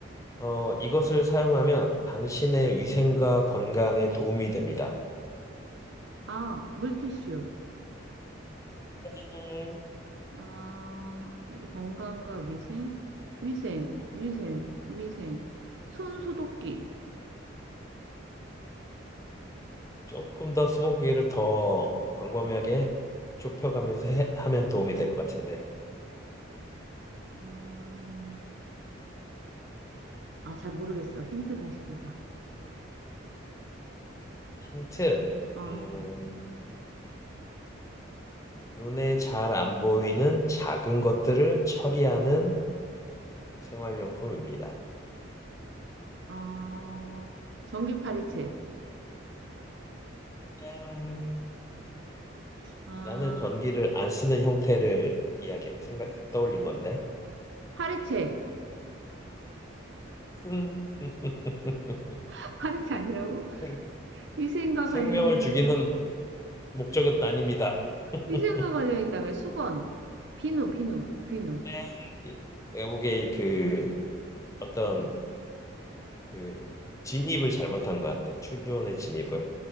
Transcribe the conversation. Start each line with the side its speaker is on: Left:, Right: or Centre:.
Left: 어, 이것을 사용하면 당신의 위생과 건강에 도움이 됩니다.
Right: 아, 물티슈.
Left: 땡.
Right: 아, 건강과 위생? 위생, 위생, 위생. 손 소독기.
Left: 조금 더 스무고개를 더 광범위하게 좁혀가면서 해- 하면 도움이 될 것 같은데.
Right: 음, 아, 잘 모르겠어. 힌트 다시 줘봐.
Left: 힌트.
Right: 어,
Left: 음, 눈에 잘 안 보이는 작은 것들을 처리하는 생활용품입니다.
Right: 어, 전기 파리채.
Left: 땡.
Right: 아,
Left: 나는 전기를 안 쓰는 형태를 이야기 생각 떠올린 건데
Right: 파리채.
Left: 음. <laughs>
Right: <laughs> 파리채 아니라고?
Left: 생-
Right: 위생과
Left: 생명을
Right: 관련이,
Left: 죽이는 목적은 아닙니다. <laughs>
Right: 위생과 관련이 있다며. 수건. 비누, 비누, 비누.
Left: 네. 이- 내가 보기에 그 어떤 그 진입을 잘못한 것 같아. 추론의 진입을